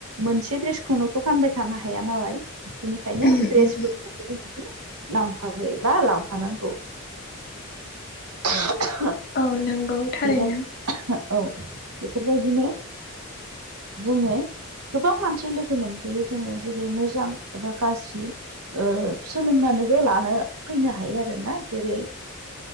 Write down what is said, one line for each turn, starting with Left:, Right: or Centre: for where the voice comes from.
Right: मोनसे द्रेसखौनोथ' गानबाय थानो हाया नालाय। बेनिखायनो
Left: ऊम,
Right: ड्रेसफोरखौबो
Left: ऊम.
Right: जों लांफाबो एबा लांफानांगौ। <inaudible>
Left: औ नंगौ थारैनो।
Right: बेफोर औ बेफोरबायदिनो जोंङो गोबां मानसि लोगो मोनबोयो जोंङो जेरै मोजां एबा गाज्रि। सोलोंनानैबो लानो फैनो हायो आरो ना जेरै